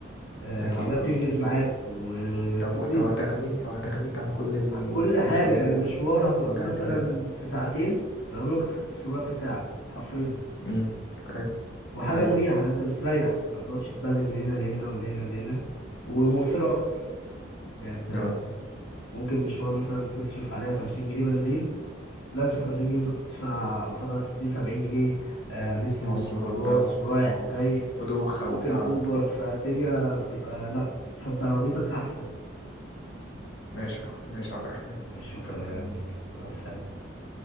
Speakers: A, on the left; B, on the left.
A: آه
B: أكيد
A: العربية بتنجز
B: اه
A: معاك وبتقضي
B: ده هو- ده
A: لك
B: هتغنيك هتغنيك عن كل المشاوير
A: عن كل حاجة يعني مشوار هتقضيه
B: ووجع
A: مثلا
B: الدماغ
A: في ساعتين العربية ممكن تختصر لك في ساعة حرفيا
B: امم أيوه
A: وحاجة
B: ده حقيقي.
A: مريحة انت مستريح ما بتقعدش تتبهدل من هنا لهنا ولهنا لهنا وموفرة أكتر يعني انت
B: اه
A: ممكن مشوار مثلا تصرف عليها 50 جنيه بنزين لا انت 50 جنيه ممكن تدفع قصادها 60 70 جنيه آه، مترو
B: مواصلات
A: وخلاص
B: بقى و-
A: ورايح وجاي
B: ودوخة وتعب
A: ممكن اوبر
B: أه
A: فالدنيا بتبقى لا فانت عربيتك احسن
B: ماشي ماشي يا عبد الرحمن
A: ماشي، شكرا
B: شكرا
A: يا
B: ليك
A: ابو مع السلامه